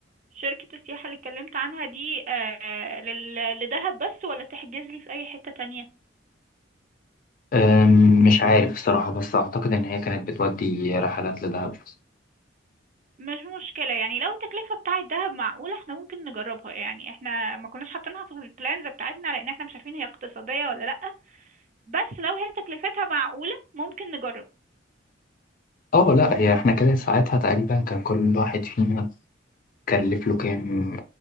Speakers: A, on the right (about 40°); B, on the left (about 45°).
A: شركة السياحة اللي اتكلمت عنها دي آه، لل- لدهب بس ولا تحجز لي في أي حتة تانية
B: أم، مش عارف الصراحة بس أعتقد إن هي كانت بتودي رحلات لدهب
A: مش مشكلة يعني لو التكلفة بتاعة دهب معقولة احنا ممكن نجربها يعني احنا ما كناش حاطينها في البلانز بتاعتنا لأن احنا مش عارفين هي اقتصادية ولا لأ بس لو هي تكلفتها معقولة ممكن نجرب
B: اه لا هي احنا كده ساعتها تقريبا كان كل واحد فينا كلف له كام